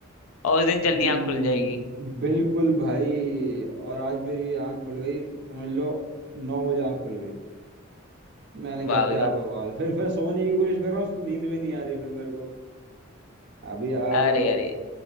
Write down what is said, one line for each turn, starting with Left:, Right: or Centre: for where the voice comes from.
Left: और उस दिन जल्दी
Right: हम्म,
Left: आँख खुल जाएगी
Right: बिल्कुल भाई और आज मेरी आंख खुल गई समझ लो नौ बजे आंख खुल गई मैंने
Left: वाह
Right: कहा क्या
Left: भाई वाह
Right: बवाल है फिर मैं सोने की कोशिश कर रहा हूँ नींद भी नहीं आ रही फिर मेरे को। अभी यार
Left: अरे अरे